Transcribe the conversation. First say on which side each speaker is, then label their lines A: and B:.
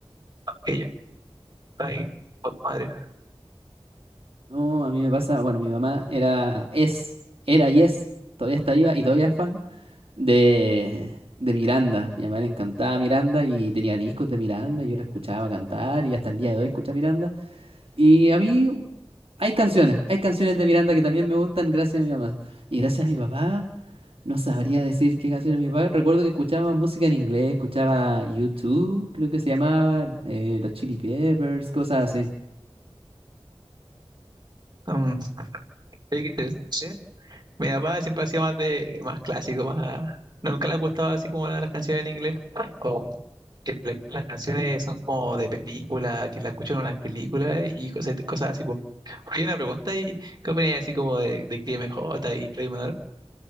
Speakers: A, on the right; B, on the right.
A: ella está ahí, por madre.
B: No, a mí me pasa, bueno, mi mamá era, es, era y es, todavía está viva y todavía es fan de, de Miranda. Mi mamá le encantaba Miranda y tenía discos de Miranda y yo la escuchaba cantar y hasta el día de hoy escucha Miranda. Y a mí hay canciones, hay canciones de Miranda que también me gustan gracias a mi mamá. Y gracias a mi papá, no sabría decir qué canciones mi papá. Recuerdo que escuchaba música en inglés, escuchaba U2, creo que se llamaba, eh, los Chili Peppers, cosas así.
A: Um, oye, qué interesante. Mi papá siempre ha sido más de, más clásico, más, no, nunca le ha gustado así como las canciones en inglés. O que le- las canciones son como de película, que la escuchan en unas películas y cosas, cosas así, pues. hay una pregunta y ¿qué opinas así como de, de Cris MJ y Play Manor?